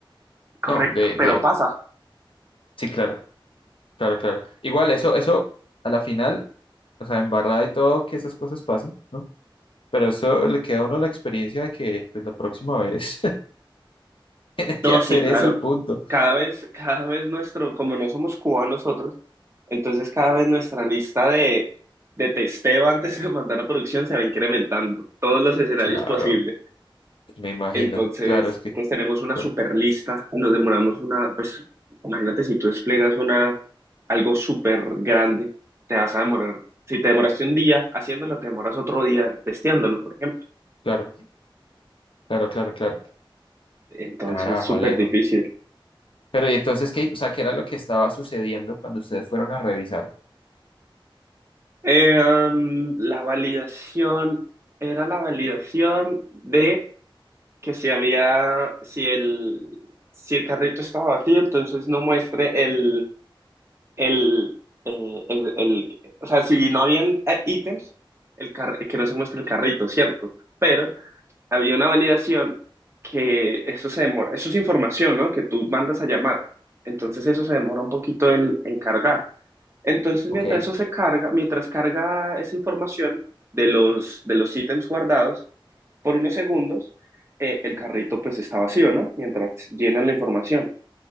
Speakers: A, on the right (about 30°); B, on the left (about 75°).
A: Correcto,
B: No, de,
A: pero
B: de...
A: pasa.
B: Sí, claro. Claro, claro. Igual eso, eso a la final, o sea, embarrada y todo, que esas cosas pasen, ¿no? Pero eso le queda a uno la experiencia de que pues la próxima vez <laughs> tiene
A: No,
B: que hacer
A: sí, claro.
B: eso y punto.
A: Cada vez, cada vez nuestro, como no somos cubanos nosotros, entonces cada vez nuestra lista de, de testeo antes de mandar a producción se va incrementando. Todos los escenarios
B: Claro,
A: posibles.
B: me imagino.
A: Entonces,
B: Claro, es que
A: entonces tenemos una
B: con-
A: super lista, nos demoramos una, pues imagínate si tú desplegas una, algo súper grande, te vas a demorar, si te demoraste un día haciéndolo, te demoras otro día testeándolo, por ejemplo.
B: claro, claro, claro, claro.
A: Entonces,
B: Carajo,
A: súper
B: Alejo.
A: difícil.
B: Pero y entonces qué, o sea, ¿qué era lo que estaba sucediendo cuando ustedes fueron a revisar?
A: Eh, um, la validación era la validación de que si había, si el, si el carrito estaba vacío, entonces no muestre el el, eh, el, el- o sea, si no habían eh, ítems, el car- que no se muestra el carrito, ¿cierto? Pero había una validación que eso se demora, eso es información, ¿no? Que tú mandas a llamar. Entonces eso se demora un poquito en, en cargar. Entonces
B: Ok,
A: mientras eso se carga, mientras carga esa información de los, de los ítems guardados por unos segundos, eh, el carrito pues está vacío, ¿no? Mientras llena la información.